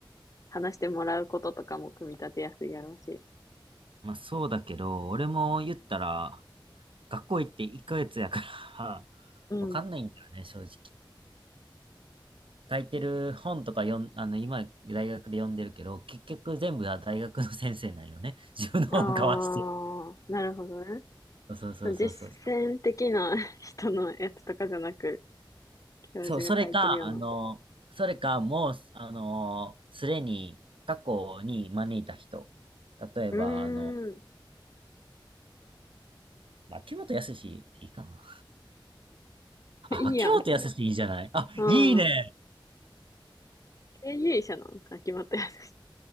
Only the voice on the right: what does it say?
まあそうだけど、俺も言ったら、学校行って1ヶ月やから
<laughs> わかんないんだよね、正直。書いてる本とか読ん、あの、今、大学で読んでるけど、結局全部は大学の先生なんよね。<laughs> 自分の本交わして。
そうそうそうそうそう。
そう、それか、あの、それか、もう、あの、すでに過去に招いた人。例えば、
あの、
まあ、秋元康っていいかな。あ、
秋元康いいじゃないあ、
いいね。